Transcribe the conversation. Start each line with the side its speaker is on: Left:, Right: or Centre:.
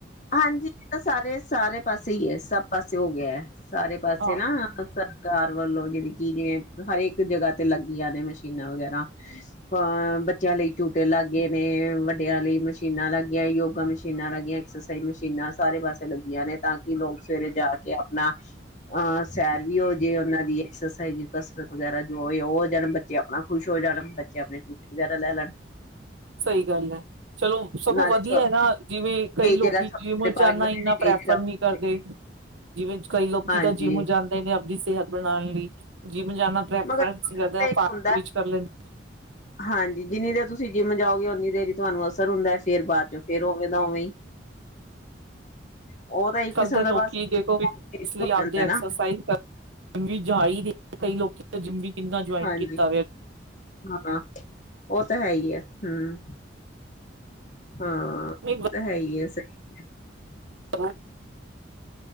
Left: ਹਾਂਜੀ ਇਹ ਤਾਂ ਸਾਰੇ ਸਾਰੇ ਪਾਸੇ ਹੀ ਹੈ ਸਭ ਪਾਸੇ ਹੋ ਗਿਆ ਸਾਰੇ ਪਾਸੇ
Right: ਹਾਂ
Left: ਨਾ ਸਰਕਾਰ ਵੱਲੋਂ ਜਿਹੜੀ ਕਿ ਜਿਵੇਂ ਹਰੇਕ ਜਗ੍ਹਾ ਤੇ ਲੱਗੀਆਂ ਨੇ ਮਸ਼ੀਨਾਂ ਵਗੈਰਾ ਅ ਬੱਚਿਆਂ ਲਈ ਝੂਟੇ ਲੱਗ ਗਏ ਨੇ ਵੱਡਿਆਂ ਲਈ ਮਸ਼ੀਨਾਂ ਲੱਗੀਆਂ ਯੋਗਾ ਮਸ਼ੀਨਾਂ ਲੱਗੀਆਂ ਮਸ਼ੀਨਾਂ ਸਾਰੇ ਪਾਸੇ ਲੱਗੀਆਂ ਨੇ ਤਾਂ ਕਿ ਲੋਕ ਸਵੇਰੇ ਜਾ ਕੇ ਆਪਣਾ ਅਹ ਸੈਰ ਵੀ ਹੋ ਜਾਏ ਉਹਨਾਂ ਦੀ ਐਕਸਾਈਜ਼ ਕਸਰਤ ਵਗੈਰਾ ਜੋ ਉਹ ਹੋ ਜਾਣ ਬੱਚੇ ਆਪਣਾ ਖੁਸ਼ ਹੋ ਜਾਣ ਬੱਚੇ ਆਪਣੇ ਵਗੈਰਾ ਲੈ ਲੈਣ
Right: ਸਹੀ ਗੱਲ ਹੈ ਚਲੋ ਸਗੋਂ
Left: ਨਾਲੇ
Right: ਵਧੀਆ
Left: ਛੋ
Right: ਹੈ ਨਾ ਜਿਵੇਂ ਕਈ ਲੋਕ
Left: ਜਗ੍ਹਾ
Right: ਕਿ
Left: ਛੋਟੇ
Right: ਜਿਮ
Left: ਪਾਰਕ
Right: ਜਾਣਾ
Left: ਬਣੇ
Right: ਇੰਨਾ
Left: ਨੇ ਕਈ
Right: ਪ੍ਰੈਫਰ
Left: ਜਗ੍ਹਾ ਵੱਡੇ।
Right: ਨਹੀਂ ਕਰਦੇ ਜਿਵੇਂ ਕਈ ਲੋਕ
Left: ਹਾਂਜੀ
Right: ਕਿ ਤਾਂ ਜਿਮ ਜਾਂਦੇ ਨੇ ਦੀ ਸਿਹਤ ਬਣਾਉਣ ਲਈ ਜਿਮ ਜਾਨਾ ਬ੍ਰੈਕਫਾਸਟ
Left: ਮਗਰ ਤੇ ਹੁੰਦਾ
Right: ਕਰ ਲੈਂਦਾ
Left: ਹਾਂਜੀ ਜਿੰਨੀ ਦੇਰ ਤੁਸੀਂ ਜਿੰਮ ਜਾਓਗੇ ਓਨੀ ਦੇਰ ਹੀ ਤੁਹਾਨੂੰ ਅਸਰ ਹੁੰਦਾ ਫੇਰ ਬਾਅਦ ਚੋਂ ਫੇਰ ਉਵੇਂ ਦਾ ਉਵੇਂ
Right: ਅਜ
Left: ਉਹ ਤਾਂ ਇੱਕ
Right: ਕੱਲ
Left: ਕਿਸਮ
Right: ਦੇ
Left: ਦਾ
Right: ਲੋਕੀ
Left: ਬਸ
Right: ਦੇਖੋ ਇਸ ਲਈ
Left: ਹੋ
Right: ਆਪਦੇ
Left: ਜਾਂਦਾ
Right: ਐਕਸਰਸਾਈਜ਼
Left: ਨਾ
Right: ਜਾਹੀ ਕਈ ਲੋਕੀ ਦਾ ਜਿੰਮ ਵੀ ਕਿੰਨਾ ਜੁਆਇਨ
Left: ਹਾਂਜੀ
Right: ਕੀਤਾ ਗਿਆ
Left: ਹਾਂ ਉਹ ਤਾਂ ਹੈ ਹੀ ਆ ਹਮ ਹਾਂ
Right: ਨਹੀਂ
Left: ਤਾਂ ਹੈ ਹੀ ਆ <unintelligible>
Right: <unintelligible>